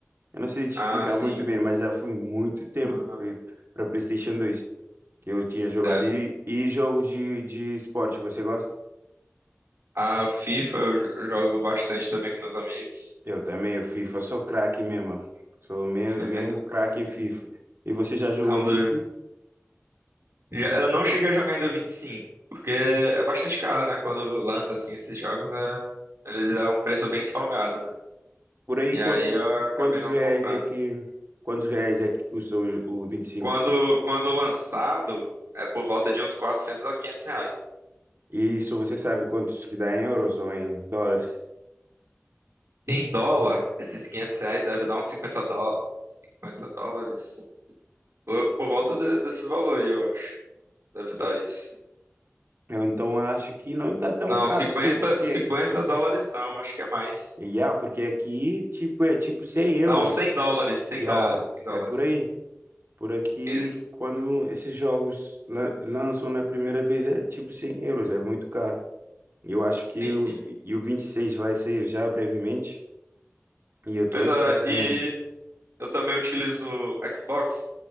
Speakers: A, on the right; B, on the right.
A: Eu não sei te
B: Ah,
A: explicar
B: sim.
A: muito bem, mas já foi muito tempo,
B: Aham,
A: foi para PlayStation dois que eu tinha
B: entendo.
A: jogado e, e jogo de, de esporte, você gosta?
B: A FIFA eu jo- eu jogo bastante também com meus amigos.
A: Eu também, o FIFA, sou craque mesmo, sou me-
B: <laughs>
A: mesmo craque em FIFA. E você já jogou
B: É um
A: 20?
B: dos... já- Eu não cheguei a jogar ainda o 25, porque é bastante caro, né? Quando lança assim esses jogos, é... ele é um preço bem salgado, né?
A: Por aí,
B: E
A: quanto,
B: aí eu acabei
A: quantos
B: não
A: reais
B: comprando.
A: é que, quantos reais é que custam o, o 25?
B: Quando, quando lançado, é por volta de uns 400 a 500 reais.
A: E cinco? E isso você sabe quantos que dá em euros ou em dólares?
B: Em dólar, esses 500 reais deve dar uns cinquenta dó... 50 dólares. Por, por volta de- desse valor aí, eu acho. Deve dar
A: Eu,
B: isso.
A: eu então acho que não está tão
B: Não,
A: caro
B: cinquenta,
A: assim, porque,
B: 50 dólares não, acho que é mais.
A: yeah, porque aqui, tipo, é tipo 100 euros.
B: Dá uns 100 dólares, 100
A: Yeah,
B: dólares, 100 dólares.
A: é por aí. Por aqui,
B: Isso,
A: quando esses jogos lan- lançam na primeira vez, é tipo 100 euros, é muito caro. Eu acho que
B: sim,
A: o,
B: sim.
A: e o 26 vai sair já brevemente, e eu tô
B: Pois
A: à espera
B: é, e
A: mesmo.
B: eu também utilizo o Xbox,